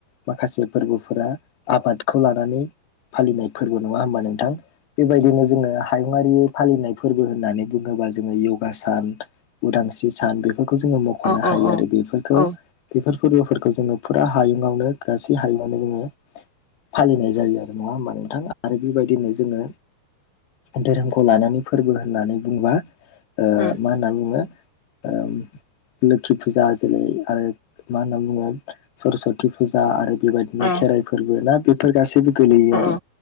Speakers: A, on the left; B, on the left.
A: माखासे फोर्बोफोरा आबादखौ लानानै। फालिनाय फोर्बो नङा होमबा नोंथां बेबायदिनो जोङो हायुङारि फालिनाय फोर्बो होननानै बुङो ब्ला जोङो इउगा सान उदांस्रि सान बे खौ जोङो मखनो
B: औ औ
A: हायो
B: औ
A: आरो बेफोरखौ
B: औ
A: बेफोर फोर्बोफोरखौ जोङो फुरा हायुं आवनो गासै हायुंआवनो जोङो। फालिनाय जायो आरो नङा होमबा नोंथां आरो बेबायदिनो जोङो। धोरोमखौ लानानै फोरबो होननानै बुंङोबा ओ
B: उम
A: माहोनना नै बुङो। ओम लोखि फुजा जोलै आरो मा होनना बुङो सरसत थि फुजा आरो बेबायदिनो
B: औ
A: खेराइ फोर्बो ना बेफोर गासैबो गोलैयो
B: औ
A: आरो।